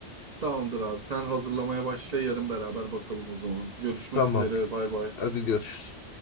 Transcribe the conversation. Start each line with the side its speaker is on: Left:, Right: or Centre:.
Right: Tamamdır abi. Sen hazırlamaya başla yarın beraber bakalım o zaman. Görüşmek
Left: Tamam.
Right: üzere. Bay bay.
Left: Hadi görüşürüz.